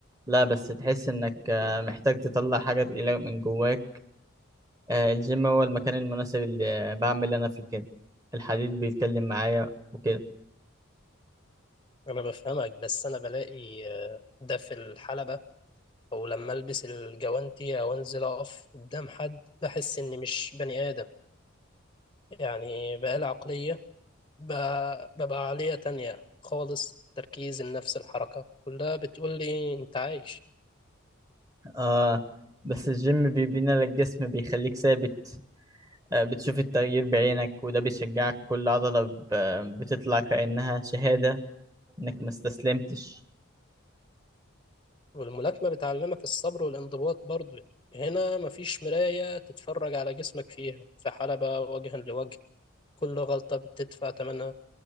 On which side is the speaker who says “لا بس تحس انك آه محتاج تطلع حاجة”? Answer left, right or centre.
Right